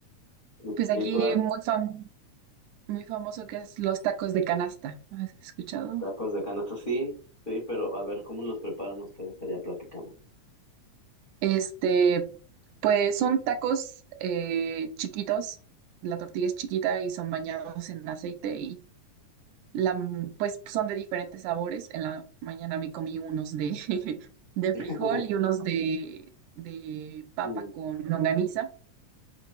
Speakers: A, on the left; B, on the right.
A: ¿Y,
B: Pues aquí
A: y tú,
B: muy fam- muy famoso que es los tacos de canasta. ¿Has escuchado?
A: Tacos de canasta, sí, sí, pero a ver cómo los preparan ustedes allá, platicamos.
B: Este, pues son tacos eh, chiquitos, la tortilla es chiquita y son bañados en aceite La, mm, pues son de diferentes sabores. En la mañana me comí unos de, <laughs> de
A: <laughs>
B: frijol y unos de, de papa
A: Mm,
B: con longaniza.